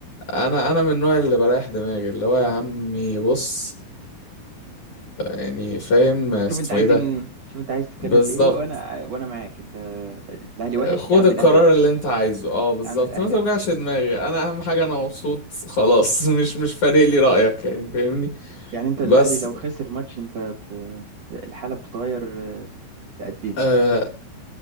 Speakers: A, on the left; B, on the right.
A: انا انا من النوع اللي بريح دماغي اللي هو يا عمي بص يعني فاهم اسمه
B: شوف انت عايز
A: ايه ده
B: ايه من... شوف انت عايز تتكلم
A: بالظبط
B: في ايه وانا وانا معاك انت الاهلي وحش
A: خد
B: يا عم
A: القرار
B: الاهلي وحش
A: اللي انت عايزه اه بالظبط
B: يا عم الاهلي
A: ما توجعش
B: وحش
A: دماغي انا اهم حاجه انا مبسوط خلاص <laughs> مش مش فارق لي رايك يعني فاهمني
B: يعني انت الاهلي
A: بس
B: لو خسر ماتش انت ب... الحالة بتتغير آه، لقدين
A: آه